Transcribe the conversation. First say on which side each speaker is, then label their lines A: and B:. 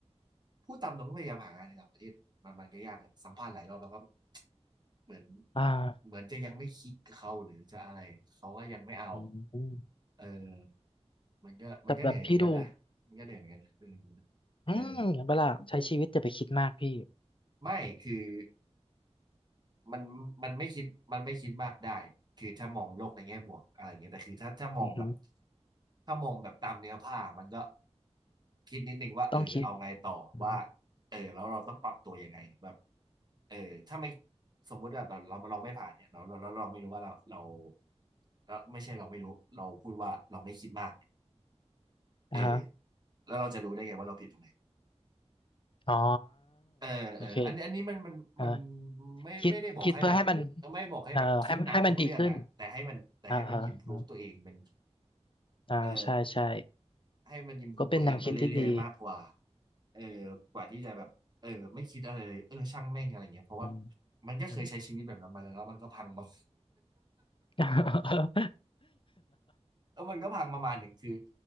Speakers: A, on the right; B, on the left.
A: พูดตามตรงก็พยายามหางานในต่างประเทศมันมันก็ยากเลยสัมภาษณ์หลายรอบแล้วก็เหมือน
B: อ่า
A: เหมือนจะยังไม่คลิกกับเขาหรือจะอะไรเขาก็ยังไม่เอา
B: อืม
A: เออ มันก็มันก็เหนื่อยเหมือนกันนะมันก็เหนื่อยเหมือนกันเออ
B: แต่แบบพี่ดูอืมเห็นปะล่ะใช้ชีวิตจะไปคิดมากพี่
A: เออไม่คือมันมันไม่คิดมันไม่คิดมากได้คือถ้ามองโลกในแง่บวกอะไรอย่างเงี้ยแต่คือถ้าถ้ามองแบบ
B: อือฮึ
A: ถ้ามองแบบตามเนื้อผ้ามันก็คิดนิดนึงว่าเออเอาไงต่อว่า
B: ต้องคิดอืม
A: เออแล้วเราต้องปรับตัวยังไงแบบเออถ้าไม่สมมุติว่าเราเราเราไม่ผ่านเนี่ยเราเราเราเราไม่รู้ว่าเราเราเราไม่ใช่เราไม่รู้เราพูดว่าเราไม่คิดมากเออ
B: อ่าฮะ
A: แล้วเราจะรู้ได้ไงว่าเราผิดตรงไหน
B: อ๋อ
A: เออเอออันนี้อันนี้มันมันมัน
B: โอเคอ่า
A: ไม่ไม่ได้บอกให้แบบ
B: คิดคิดเพื่อให้มัน
A: ไม่บอกให้แบบคิดหนักทุกเรื่องอ่ะแต่ให้มันแต่ให้มันอิ
B: เอ่อให้ให้มันดีขึ้นอ่าฮะอม
A: p พ o v e ตัวเองมัน
B: อ่าใช่ใช่
A: เออให้มันอิ p พ o
B: ก็เป็นแนวคิดที่ดี
A: v e ตัวเองไปเรื่อยๆมากกว่าเออกว่าที่จะแบบเออไม่คิดอะไรเลยเออช่างแม่งอะไรเงี้ยเพราะว่า
B: อืม
A: มันก็เคยใช้ชีวิตแบบนั้นมาแล้วแล้วมันก็พังมา
B: อืม <laughs>
A: <laughs> แล้วมันก็พังประมาณหนึ่งคือ